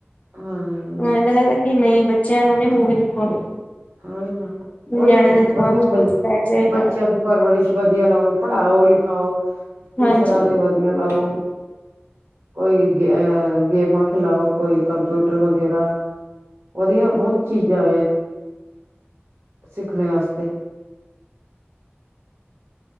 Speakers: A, on the right; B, on the left.
A: ਹਾਂ,
B: ਲੱਗਦਾ ਕਿ ਨਹੀਂ ਬੱਚਿਆਂ ਨੂੰ ਨੀ ਮੂਵੀ ਦਿਖਾਉਣੀ
A: ਉਹੀ ਨਾ ਉਹੀ
B: ਨਿਆਣਿਆਂ ਦੇ ਦਿਮਾਗ
A: ਵਧੀਆ
B: ਚ ਕੁਛ ਬੈਠ ਜਾਏਗਾ
A: ਬੱਚਿਆਂ ਦੀ ਪਰਵਰਿਸ਼ ਵਧੀਆ ਲੋ ਪੜ੍ਹਾਓ ਲਿਖਾਓ ਟਿਊਸ਼ਨਾਂ
B: ਹਾਂਜੀ
A: ਤੇ ਵਆ ਲਾਓ ਕੋਈ ਗੇਹ ਗੇਮਾਂ ਖਿਲਾਓ ਕੋਈ ਕੰਪਿਊਟਰ ਵਗੈਰਾ ਵਦੀਆ ਬਹੁਤ ਚੀਜ਼ਾਂ ਸਿੱਖਣੇ ਵਾਸਤੇ